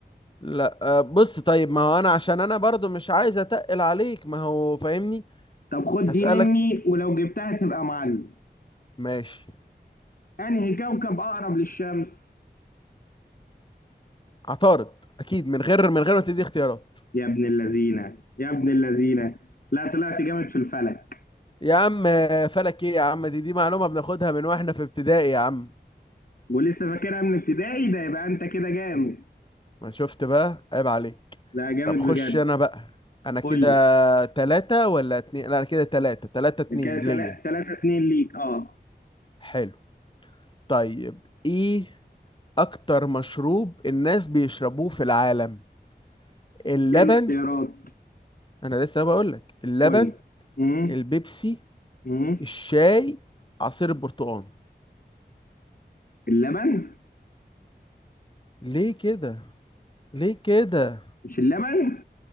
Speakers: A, on the left; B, on the left.
A: لا آه، بص طيب ما هو أنا عشان أنا برضو مش عايز أتقل عليك ما هو فاهمني
B: طب خد
A: هسألك
B: دي مني ولو جبتها تبقى معلم
A: ماشي
B: انهي كوكب اقرب للشمس
A: عطارد أكيد من غير من غير ما تدي اختيارات
B: يا ابن اللذينه يا ابن اللذينه لا طلعت جامد في الفلك
A: يا عم آه، فلك إيه يا عم دي دي معلومة بناخدها من وإحنا في ابتدائي يا عم
B: ولسه فاكرها من ابتدائي ده يبقى انت كده جامد
A: ما شفت بقى عيب عليك
B: ده جامد
A: طب خش
B: بجد
A: أنا بقى أنا كده
B: قول لي
A: تلاتة ولا اتنين لا أنا كده تلاتة تلاتة اتنين
B: ده كده تلا-
A: ليا
B: تلاتة اتنين ليك اه
A: حلو طيب ايه اكتر مشروب الناس بيشربوه في العالم اللبن
B: ايه الاختيارات
A: انا لسه بقولك اللبن
B: قول لي امم
A: البيبسي
B: امم
A: الشاي عصير البرتقال
B: اللبن
A: ليه كده ليه كده
B: مش اللبن